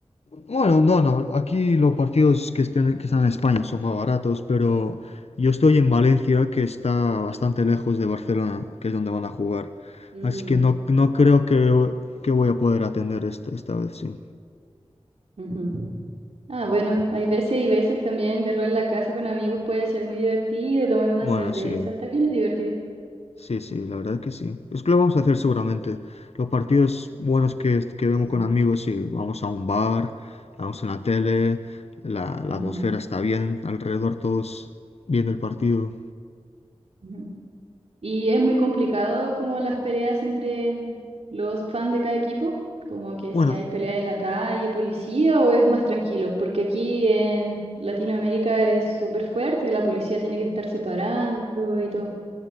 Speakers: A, on the left; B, on the right.
A: Bueno, no, no. Aquí los partidos que, estén- que están en España son más baratos, pero yo estoy en Valencia, que está bastante lejos de Barcelona, que es donde van a jugar.
B: Mm,
A: Así que no, no creo que, que voy a poder atender esta, esta vez, sí.
B: ujú. Ah, bueno, hay veces y veces también verlo en la casa con amigos puede ser muy divertido, tomar unas
A: Bueno,
B: cervezas,
A: sí.
B: también es divertido.
A: Sí, sí, la verdad que sí. Es que lo vamos a hacer seguramente. Los partidos buenos que, que vemos
B: Sí.
A: con amigos, sí. Vamos a un bar, la vamos en la tele, la, la
B: Ujú,
A: atmósfera está bien, alrededor todos viendo el partido.
B: ujú. ¿Y es muy complicado como las peleas entre los fans de cada equipo? Como que
A: Bueno,
B: si hay pelea en la calle, policía, o es más tranquilo, porque aquí en Latinoamérica es súper fuerte, la policía tiene que estar separando y todo.